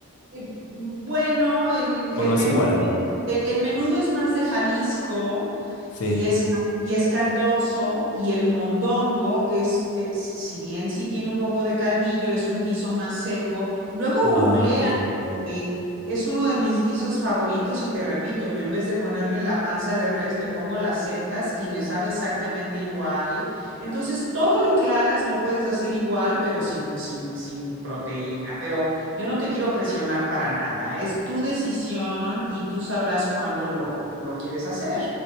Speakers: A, on the right; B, on the left.
A: Eh, Bueno, el,
B: O
A: el
B: no
A: menudo,
B: es igual,
A: el, el menudo es más de Jalisco
B: sí.
A: y es, y es caldoso y el mondongo es, es- si bien sí tiene un poco de caldillo, es un guiso más seco. Luego
B: Ah,
A: googleas
B: ok.
A: Y es uno de mis guisos favoritos y te repito, yo en vez de ponerle la panza de res, le pongo las setas y me sabe exactamente igual. Entonces, todo lo que hagas lo puedes hacer igual, pero sin, sin, sin proteína. Pero yo no te quiero presionar para nada. Es tu decisión y tú sabrás cuándo lo, lo quieres hacer.